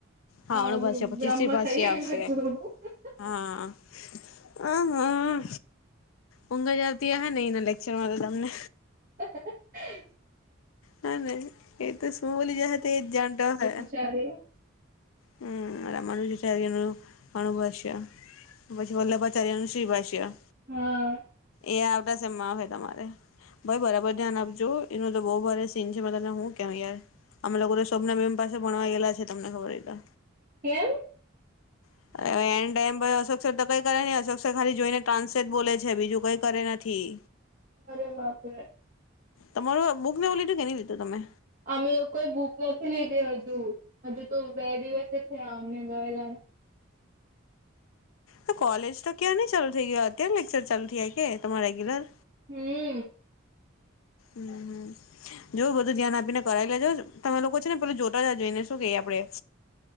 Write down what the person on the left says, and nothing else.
હા અણુભાષ્ય
પચીસ
<unintelligible> ભષી
આવશે
હા આ હા ઊંઘ જ આવતી અહે ને એના લેક લેક્ચર માં તો તમને
હ ન એ તો શું બોલી જાહે એ જ જાણતો <unintelligible> હૈ
હમ મનું <unintelligible> અનુભવ છે. પછી વલ્લભાચાર્યનું શ્રી ભાષ્ય
એ આવતા શેમમા આવશે તમારે ભાઈ બરાબર ધ્યાન આપજો એનું તો બહુ ભારે સીન છે તને હું કેવ યાર અમે લોકો તો શોભના મેમ પાસે ભણવા ગેલા છે તમને ખબર હોય તો
<unintelligible> ટાઈમ પર અશોક્સર તો કઈ કરે નથી અશોક્સર ખાલી જોઈને ટ્રાન્સેટ બોલે છે બીજું કઈ કરે નથી
તમારું બુકને એવું લીધું કેવી રીતે લીધું તમે
તો કોલેજ તો ક્યાં ની ચાલુ થઈ ગઈ અત્યારે લેક્ચર ચાલુ થયા કે તમારે રેગ્યુલર
<unintelligible> જો બધું ધ્યાન આપીને કરાવી લેજો તમે લોકો છે ને પેલું જોતા જાજો જોઈને શું કંઈયે આપડે